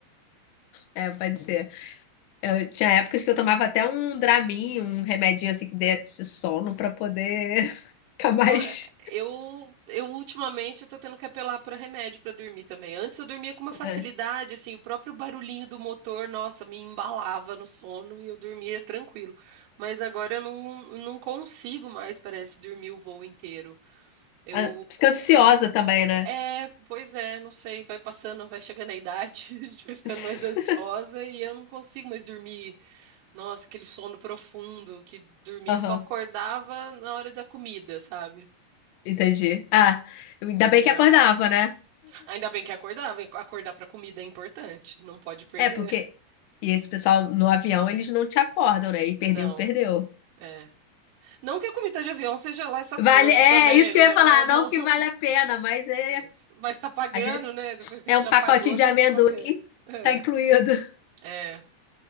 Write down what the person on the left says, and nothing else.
É, pode ser. Eu, tinha épocas que eu tomava até um Dramin, um remedinho assim que desse sono pra poder <laughs> ficar mais.
É.
Ah, Fica ansiosa também, né?
<laughs>
Aham,
entendi. Ah, ainda bem
que acordava, né?
É, porque. E esse pessoal no avião, eles não te acordam, né? E perdeu,
perdeu.
Vale,
é
isso que
eu ia falar,
não
que
vale a pena, mas é,
a gente,
é
um
pacotinho
de
amendoim,
tá incluído. <laughs>